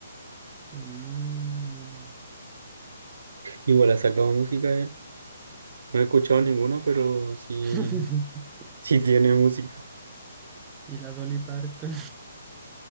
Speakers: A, on the right; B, on the right.
A: Mm.
B: Igual ha sacado música él. No he escuchado ninguna, pero sí,
A: <laughs>
B: sí tiene música.
A: Y la Dolly Parton.